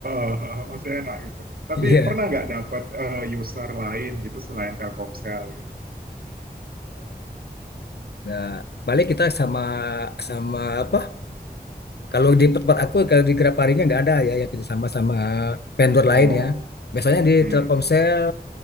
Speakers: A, on the right (about 65°); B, on the left (about 80°).
A: <laughs> masih enak gitu tapi
B: <laughs> Iya.
A: pernah nggak dapat eh, user lain gitu selain Telkomsel gitu
B: Nah, balik kita sama sama apa? Kalau di tempat aku kalau di Graparinya nggak ada ya yang kerja sama sama vendor
A: oh
B: lain ya. Biasanya di
A: Hmm.
B: Telkomsel
A: hmm, hmm.